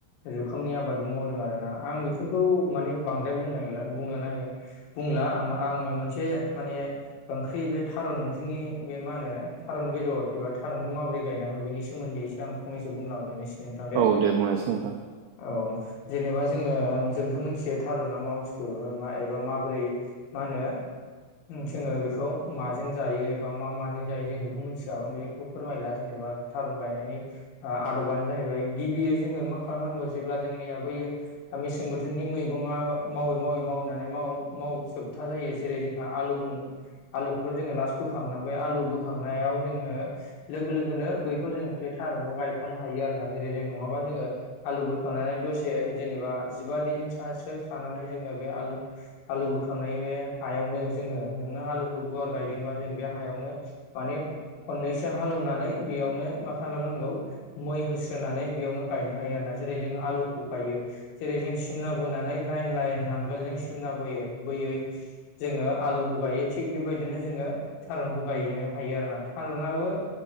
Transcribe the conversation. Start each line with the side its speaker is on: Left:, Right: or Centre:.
Left: जुखामनि आबादबो मावदों आरोना। आं बेफोरखौ माने बांद्राय बुंनो नागेरला बुंनो नागेर बुंला आम आङो मोनसे माने ओंख्रि बे थारुन ओंख्रिनि बे मा होनो थारुन बेदर एबा थारुनखौ माबोरै गायनांगौ बेनि सो सोमोन्दैसो आं फंनैसो बुंलांगोन नोंसि नोंथां दे।
Right: औ बुंनायसै नोंथां
Left: औ। जेनेबा जोङो जोंथ' मिथियो थारुन ना मा बुस्थु मा एबा माबोरै मा होनो ओं जोङो बेखौ माजों जायो एबा मा माजों जायो जों बेखौ मिथिखागोन बेखौ फोरमायला जेनेबा थारुन गायनायनि ओ आदबानो जाहैबाय गिबियै जोङो मा खालामनांगौ जेब्ला जोंनिया बैयो मेसें बोथोरनि मैगंआ मावै मावै मावनानै माव मावजोबथा जायो। जेरै जोंहा आलु होन आलुखौथ' जोङो लास्ट बोखाङोना। बै आलु बोखांनायाव जोङो लोगो लोगोनो बै खौ जों बे थारुनखौ गायफानो हायो आरोना। जेरै जों नङाबा जोङो आलु बुरखांनानै दसे जेनेबा जिबा दिन सासो थानानै जोङो बे आलु आलु बोखांनाय बे हायावनो जोङो नोङो आलुखौ गुवार गायदोंबा जों बे हायावनो माने खननैसो हालौनानै बेयावनो मा खालामनांगौ मै होस्रोनानै बेयावनो गायनो हायो आरो ना जेरै जोंङो आलुखौ गायो। जेरै जों सिमना बोनानै लाइन लाइन नांगोल जों सिमना बोयो बोयै जोङो आलुखौ गायो। थिग बेबायदिनो जोङो थारुनखौ गायो हायो आरोना। थारुनाबो